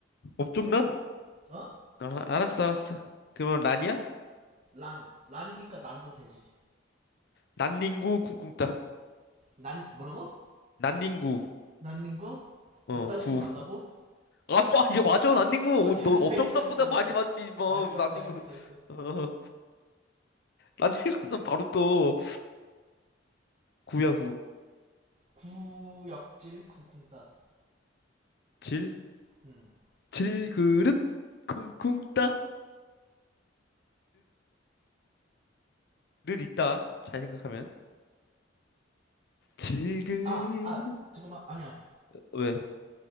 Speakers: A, on the left; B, on the right.
A: 업종란?
B: 바로 떠. 어?
A: 아, 알았어 알았어 그러면 란이야?
B: 란. 란이니까 난도 되지.
A: 난닝구 쿵쿵따
B: 난, 뭐라고?
A: 난닝구
B: 난님고?
A: 어
B: 요딴 식으로
A: 구
B: 간다고?
A: 아빠 이거 맞아 난닝구는
B: 아, 오케이,
A: 어, 너
B: 알겠어,
A: 업종란보다
B: 알겠어, 알겠어, 알겠어.
A: 많이 맞지 뭐
B: 아, 오케이,
A: 난닝구
B: 오케이, 알겠어, 알겠어.
A: 어 난닝구는 바로 또 구야
B: 구역질 쿵쿵따.
A: 구질
B: 음.
A: 질그릇 쿵쿵따 릇릇 있다 잘 생각하면 질그릇
B: 아, 아, 잠깐만, 아니야.
A: 왜?